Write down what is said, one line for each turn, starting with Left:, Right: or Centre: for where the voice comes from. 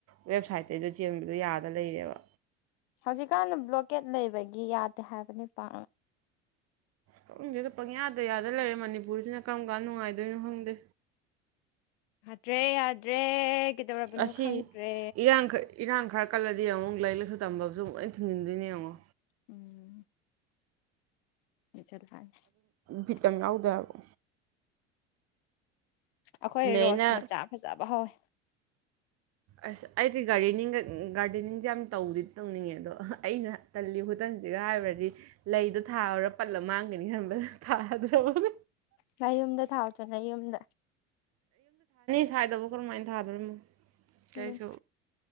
Right: ꯋꯦꯕꯁꯥꯏꯠꯇꯩꯒꯤꯗꯣ ꯆꯦꯟꯕꯗꯣ ꯌꯥꯗ ꯂꯩꯔꯦꯕ
Left: ꯍꯧꯖꯤꯛꯀꯥꯟꯗ ꯕ꯭ꯂꯣꯀꯦꯠ ꯂꯩꯕꯒꯤ ꯌꯥꯗꯦ ꯍꯥꯏꯕꯅꯤ ꯄꯥ
Right: ꯈꯥꯡꯗꯦꯗ ꯄꯪꯌꯥꯗ ꯌꯥꯗ ꯂꯩꯔꯦ ꯃꯅꯤꯄꯨꯔꯁꯤꯅ ꯀꯔꯝ ꯀꯥꯟꯗ ꯅꯨꯡꯉꯥꯏꯗꯣꯏꯅꯣ ꯈꯪꯗꯦ
Left: ꯌꯥꯗ꯭ꯔꯦ ꯌꯥꯗ꯭ꯔꯦ ꯀꯩꯗꯧꯔꯕꯅꯣ
Right: ꯑꯁꯤ
Left: ꯈꯪꯗ꯭ꯔꯦ
Right: ꯏꯔꯥꯡ ꯏꯔꯥꯡ ꯈꯔ ꯀꯜꯂꯗꯤ ꯌꯦꯡꯉꯪ ꯂꯥꯏꯛ ꯂꯥꯏꯁꯨ ꯇꯝꯕꯁꯨ ꯑꯃꯨꯛ ꯂꯣꯏ ꯊꯤꯡꯖꯤꯟꯗꯣꯏꯅꯦ ꯌꯦꯡꯉꯣ
Left: ꯎꯝ <unintelligible>
Right: ꯐꯤꯠꯇꯪ ꯌꯥꯎꯗꯦ ꯍꯥꯏꯕꯣ
Left: ꯑꯩꯈꯣꯏ ꯔꯣꯁ
Right: ꯑꯩꯅ
Left: ꯃꯆꯥ ꯐꯖꯕ ꯍꯧꯋꯦ
Right: ꯑꯁ ꯑꯩꯗꯤ ꯒꯥꯔꯗꯦꯅꯤꯡꯒ ꯒꯥꯔꯗꯦꯅꯤꯡꯁꯦ ꯌꯥꯝ ꯇꯧꯗꯤ ꯇꯧꯅꯤꯡꯉꯦ ꯑꯗꯣ ꯑꯩꯅ ꯇꯜꯂꯤ ꯈꯨꯇꯟꯁꯤꯒ ꯍꯥꯏꯔꯨꯔꯗꯤ ꯂꯩꯗꯣ ꯊꯥꯔꯔꯨ ꯄꯠꯂ ꯃꯥꯡ ꯅꯤ ꯊꯥꯗ ꯍ
Left: ꯅꯌꯨꯝꯗ ꯊꯥꯎꯗ ꯅꯌꯨꯝꯗ
Right: ꯊꯥꯏꯗꯕꯨ ꯀꯔꯝꯍꯥꯏꯅ ꯊꯗꯣꯔꯤꯅꯣ ꯀꯩꯁꯨ
Left: ꯎꯝ